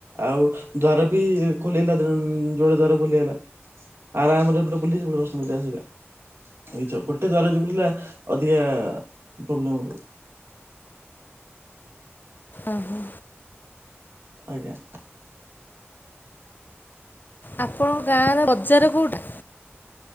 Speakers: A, on the right; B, on the left.
A: ଆଉ ଦ୍ୱାର ବି ଖୋଲି ଗଲା ଦିନ ଯୋଡେ ଦ୍ୱାର ଖୋଲି ଗଲା। ଆରାମ ରେ ଏପଟେ ବୁଲି ସେପଟେ ଦର୍ଶନ କରି ଆସିବେ। ଏଇଛ ଗୋଟେ ଦ୍ଵାର ଯୋଉ ଥିଲା ଅଧିକା ପ୍ରୋବ୍ଲେମ ହଉଥିଲା।
B: ଓହୋ।
A: ଆଜ୍ଞା।
B: ଆପଣଙ୍କ ଗାଁର ବଜାର କୋଉଟା?